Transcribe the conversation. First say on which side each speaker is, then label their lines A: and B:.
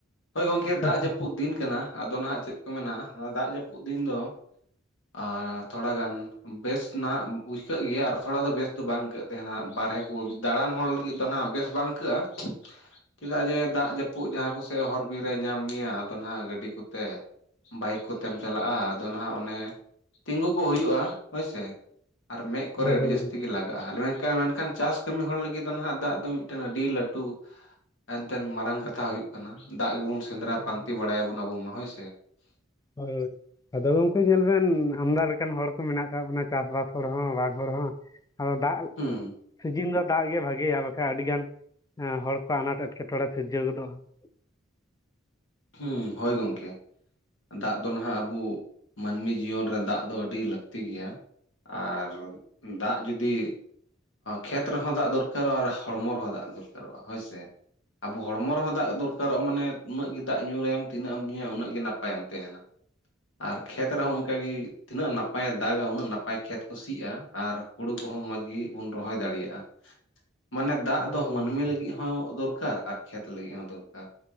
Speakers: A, on the left (about 75°); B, on the left (about 20°).
A: ᱦᱳᱭ ᱜᱚᱝᱠᱮ
B: ᱟᱪᱪᱷᱟ
A: ᱫᱟᱜ
B: ᱟᱪᱪᱷᱟ
A: ᱡᱟᱹᱯᱩᱫ
B: ᱟᱪᱪᱷᱟ,
A: ᱫᱤᱱ ᱟᱫᱚ ᱱᱟᱦᱟᱜ ᱪᱮᱫ ᱠᱚ ᱢᱮᱱᱟ ᱫᱟᱜ ᱡᱟᱹᱯᱩᱫ ᱫᱤᱱ ᱫᱚ ᱟᱨ ᱛᱷᱚᱲᱟ ᱜᱟᱱ ᱵᱮᱥ ᱱᱟᱦᱟᱜ ᱟᱹᱭᱠᱟᱹᱜ ᱜᱮᱭᱟ ᱟᱨ ᱛᱷᱚᱲᱟ ᱫᱚ ᱵᱮᱥ ᱫᱚ ᱵᱟᱝ ᱟᱹᱭᱠᱟᱹᱜ ᱛᱟᱦᱮᱱᱟ ᱵᱟᱨᱦᱮ ᱠᱚ ᱫᱟᱬᱟᱱ ᱦᱚᱲ ᱞᱟᱹᱜᱤᱫ ᱫᱚ ᱱᱟᱜ ᱵᱮᱥ ᱵᱟᱝ ᱟᱹᱭᱠᱟᱹᱜᱼᱟ ᱪᱮᱫᱟᱜ ᱡᱮ ᱫᱟᱜ ᱡᱟᱹᱯᱩᱫ ᱡᱟᱹᱯᱩᱫ ᱡᱟᱦᱟᱸ ᱠᱚᱥᱮᱫ ᱦᱚᱨ ᱵᱤᱨ ᱮ ᱧᱟᱢ ᱢᱮᱭᱟ ᱟᱫᱚ ᱦᱟᱸᱜ ᱜᱟᱹᱰᱤ ᱠᱚᱛᱮ ᱵᱟᱭᱤᱠ ᱠᱚᱛᱮᱢ ᱪᱟᱞᱟᱜᱼᱟ ᱟᱫᱚ ᱱᱟᱦᱟᱜ ᱚᱱᱮ ᱛᱤᱸᱜᱩ ᱠᱚ ᱦᱩᱭᱩᱜᱼᱟ ᱦᱳᱭᱥᱮ ᱟᱨ ᱢᱮᱸᱫ ᱠᱚᱨᱮ
B: ᱦᱳᱭ
A: ᱟᱹᱰᱤ
B: ᱦᱳᱭ ᱦᱳᱭ
A: ᱡᱟᱹᱥᱛᱤ ᱜᱮ ᱞᱟᱜᱟᱜᱼᱟ ᱢᱮᱱᱠᱷᱟᱱ ᱢᱮᱱᱠᱷᱟᱱ ᱪᱟᱥ ᱠᱟᱹᱢᱤ ᱦᱚᱲ ᱞᱟᱹᱜᱤᱫ ᱫᱚ ᱦᱟᱸᱜ ᱫᱟᱜ ᱫᱚ ᱢᱤᱫᱴ ᱢᱤᱫᱴᱮᱱ ᱟᱹᱰᱤ ᱞᱟᱹᱴᱩ ᱮᱱᱛᱮᱱ ᱢᱟᱨᱟᱝ ᱠᱟᱛᱷᱟ ᱦᱩᱭᱩᱜ ᱠᱟᱱᱟ ᱫᱟᱜ ᱜᱮᱵᱩᱱ ᱥᱮᱸᱫᱽᱨᱟ
B: ᱦᱳᱭ᱾
A: ᱯᱟᱱᱛᱮ ᱵᱟᱲᱟᱭᱟᱵᱚᱱ ᱟᱵᱚᱢᱟ ᱦᱚᱭ ᱥᱮ
B: ᱦᱳᱭ ᱟᱫᱚ ᱜᱚᱝᱠᱮ ᱧᱮᱞ ᱵᱮᱱ ᱟᱢᱫᱟ ᱞᱮᱠᱟᱱ ᱦᱚᱲ ᱠᱚ ᱢᱮᱱᱟᱜ ᱟᱠᱟᱫ ᱵᱚᱱᱟ ᱪᱟᱥ ᱵᱟᱥ ᱦᱚᱲᱦᱚᱸ ᱵᱟᱝ ᱦᱚᱲ ᱦᱚᱸ ᱟᱫᱚ ᱫᱟᱜ
A: ᱦᱮᱸ
B: ᱥᱤᱡᱤᱱ ᱫᱚ ᱫᱟᱜ ᱜᱮ ᱵᱷᱟᱜᱮᱭᱟ ᱵᱟᱠᱷᱟᱱ ᱟᱹᱰᱤ ᱜᱟᱱ ᱦᱚᱲ ᱠᱚ ᱟᱱᱟᱴ ᱮᱸᱴᱠᱮᱴᱚᱬᱮ ᱥᱤᱨᱡᱟᱹ ᱜᱚᱫᱚᱜᱼᱟ ᱾
A: ᱦᱩᱸ ᱦᱳᱭ ᱜᱚᱝᱠᱮ ᱫᱟᱜ ᱫᱚ ᱱᱟᱦᱟᱜ ᱟᱵᱚ ᱢᱟᱹᱱᱢᱤ ᱡᱤᱭᱚᱱ ᱨᱮ ᱫᱟᱜ ᱫᱚ ᱟᱹᱰᱤ ᱞᱟᱹᱠᱛᱤ ᱜᱮᱭᱟ ᱟᱨ ᱫᱟᱜ ᱡᱩᱫᱤ ᱠᱷᱮᱛ ᱨᱮᱦᱚᱸ ᱫᱟᱜ ᱫᱚᱨᱠᱟᱨᱚᱜᱼᱟ ᱟᱨ ᱦᱚᱲᱢᱚ ᱨᱮᱦᱚᱸ ᱫᱟᱜ ᱫᱚᱨᱠᱟᱨᱚᱜᱼᱟ ᱦᱳᱭ ᱥᱮ ᱾ ᱟᱵᱚ ᱦᱚᱲᱢᱚ ᱨᱮᱦᱚᱸ ᱫᱟᱜ ᱫᱚᱨᱠᱟᱨᱚᱜᱼᱟ ᱢᱟᱱᱮ ᱩᱱᱟᱹᱜ ᱫᱟᱜ ᱧᱩ ᱨᱮᱢ ᱛᱤᱱᱟᱹᱜ ᱮᱢ ᱧᱩᱭᱟ ᱩᱱᱟᱹᱜ ᱜᱮ ᱱᱟᱯᱟᱭᱮᱟᱢ ᱛᱟᱦᱮᱱᱟ ᱟᱨ ᱠᱷᱮᱛ ᱨᱮᱦᱚᱸ ᱚᱱᱠᱟᱜᱮ ᱛᱤᱱᱟᱹᱜ
B: ᱦᱳᱭ
A: ᱱᱟᱯᱟᱭᱮ
B: ᱦᱳᱭ
A: ᱫᱟᱜᱟ ᱩᱱᱟᱹᱜ ᱱᱟᱯᱟᱭ ᱠᱷᱮᱛ ᱠᱚ ᱥᱤᱜᱼᱟ ᱟᱨ ᱦᱩᱲᱩ ᱠᱚᱦᱚᱸ ᱢᱚᱸᱡᱽ ᱜᱮᱵᱚᱱ ᱨᱚᱦᱚᱭ ᱫᱟᱲᱮᱭᱟᱜᱼᱟ ᱾ ᱢᱟᱱᱮ ᱫᱟᱜ
B: ᱦᱳᱭ
A: ᱫᱚ
B: ᱦᱳᱭ
A: ᱢᱟᱹᱱᱢᱤ
B: ᱜᱚᱢᱠᱮ
A: ᱞᱟᱹᱜᱤᱫ ᱦᱚᱸ ᱫᱚᱨᱠᱟᱨ ᱟᱨ ᱠᱷᱮᱛ ᱞᱟᱹᱜᱤᱫ ᱦᱚᱸ ᱫᱚᱨᱠᱟᱨ